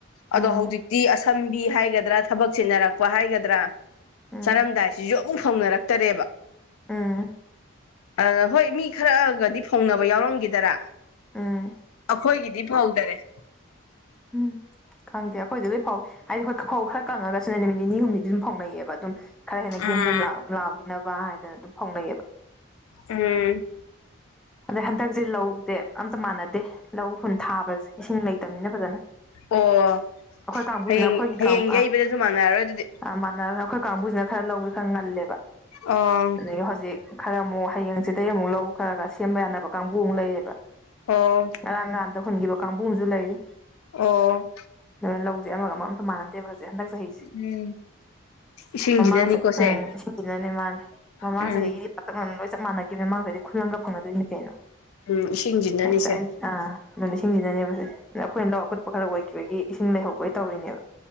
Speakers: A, in the centre; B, on the left.
A: ꯎꯝ
B: ꯑꯗꯣ ꯍꯧꯖꯤꯛꯇꯤ ꯑꯁꯝꯕꯤ ꯍꯥꯏꯒꯗ꯭ꯔꯥ ꯊꯕꯛ ꯆꯤꯟꯅꯔꯛꯄ ꯍꯥꯏꯒꯗ꯭ꯔꯥ
A: ꯎꯝ
B: ꯆꯥꯔꯝꯗꯥꯏꯁꯤꯁꯨ ꯃꯨ ꯐꯧꯅꯔꯛꯇꯔꯦꯕ
A: ꯎꯝ
B: ꯑꯥ ꯍꯣꯏ ꯃꯤ ꯈꯔꯒꯗꯤ ꯐꯧꯅꯕ ꯌꯥꯎꯔꯝꯒꯤꯗꯔꯥ
A: ꯎꯝ
B: ꯑꯈꯣꯏꯒꯤꯗꯤ ꯐꯧꯗꯔꯦ
A: ꯎꯝ ꯈꯪꯗꯦ ꯑꯈꯣꯏꯗꯤ ꯂꯣꯏ ꯐꯧꯑꯦ ꯍꯥꯏꯗꯤ ꯈꯣꯏ ꯐꯧ ꯈꯔ ꯀꯪꯉꯒꯁꯨꯅꯦ ꯅꯨꯃꯤꯠ ꯅꯤꯅꯤ ꯍꯨꯝꯅꯤꯗꯤ ꯑꯗꯨꯝ ꯐꯧꯅꯩꯌꯦꯕ ꯑꯗꯨꯝ ꯈꯔ ꯍꯦꯟꯅ
B: ꯎꯝ
A: ꯒꯦꯝ ꯒꯦꯝ ꯂꯥꯎ ꯂꯥꯎꯈꯤꯅꯕ ꯍꯥꯏꯗꯅ ꯑꯗꯨꯝ ꯐꯧꯅꯩꯌꯦꯕ
B: ꯎꯝ
A: ꯑꯗꯩ ꯍꯟꯗꯛꯁꯦ ꯂꯧꯁꯦ ꯑꯝꯇ ꯃꯥꯟꯅꯗꯦ ꯂꯧ ꯍꯨꯟ ꯊꯥꯕꯁꯦ ꯏꯁꯤꯡ ꯂꯩꯇꯕꯅꯤꯅ ꯐꯖꯅ
B: ꯑꯣ
A: ꯑꯩꯈꯣꯏ ꯀꯥꯡꯕꯨꯁꯤꯅ
B: ꯍꯌꯦ
A: ꯑꯩꯈꯣꯏꯒꯤ
B: ꯍꯌꯦꯡ
A: ꯀꯥꯡ
B: ꯌꯩꯕꯗꯁꯨ ꯃꯥꯟꯅꯔꯔꯣꯏ ꯑꯗꯨꯗꯤ
A: ꯑꯥ ꯃꯥꯟꯅꯔ ꯑꯈꯣꯏ ꯀꯥꯡꯕꯨꯁꯤꯅ ꯈꯔ ꯂꯧꯁꯨ ꯈꯔ ꯉꯜꯂꯦꯕ
B: ꯑꯣ
A: ꯑꯗꯒꯤ ꯍꯧꯖꯤꯛ ꯈꯔ ꯑꯃꯨꯛ ꯍꯌꯦꯡ ꯍꯪꯁꯤꯠꯇꯒꯤ ꯑꯃꯨꯛ ꯂꯧ ꯈꯔ ꯈꯔ ꯁꯦꯝꯕ ꯌꯥꯅꯕ ꯀꯥꯡꯕꯨ ꯑꯃꯨꯛ ꯂꯩꯌꯦꯕ
B: ꯑꯣ
A: ꯉꯔꯥꯡ ꯅꯍꯥꯟꯇ ꯍꯨꯟꯈꯤꯕ ꯀꯥꯡꯕꯨ ꯑꯃꯁꯨ ꯂꯩꯔꯤ
B: ꯑꯣ
A: ꯅ ꯂꯧꯁꯦ ꯑꯃꯒ ꯑꯃ ꯃꯥꯟꯅꯗꯦꯕ ꯍꯧꯖꯤꯛ ꯍꯟꯗꯛ ꯆꯍꯤꯁꯦ
B: ꯎꯝ ꯏꯁꯤꯡꯁꯤꯅꯅꯤꯀꯣꯁꯦ
A: ꯃꯃꯥꯡ ꯆ ꯎꯝ ꯏꯁꯤꯡ ꯁꯤꯅꯅꯦ ꯃꯥꯅꯦ ꯃꯃꯥꯡ
B: ꯎꯝ
A: ꯆꯍꯤꯒꯤꯗꯤ ꯄꯥꯛꯇꯛꯅꯅ ꯂꯣꯏ ꯆꯞ ꯃꯥꯟꯅꯈꯤꯕꯅꯦ ꯃꯃꯥꯡꯒꯩꯗꯤ ꯈꯨꯜꯂꯪꯒ ꯐꯪꯅꯗꯣꯏꯅꯤ ꯀꯩꯅꯣ
B: ꯎꯝ ꯏꯁꯤꯡꯖꯤꯅꯅꯤꯁꯦ
A: ꯍꯦꯛꯇ ꯑꯩ ꯑꯥ ꯑꯗꯨꯅꯦ ꯏꯁꯤꯡꯁꯤꯅꯅꯦꯕꯁꯦ ꯑꯗꯣ ꯑꯈꯣꯏꯅ ꯂꯧ ꯑꯀꯨꯠꯄ ꯈꯔ ꯑꯣꯏꯈꯤꯕꯒꯤ ꯏꯁꯤꯡ ꯂꯩꯍꯧꯕꯩ ꯇꯧꯔꯤꯅꯦꯕ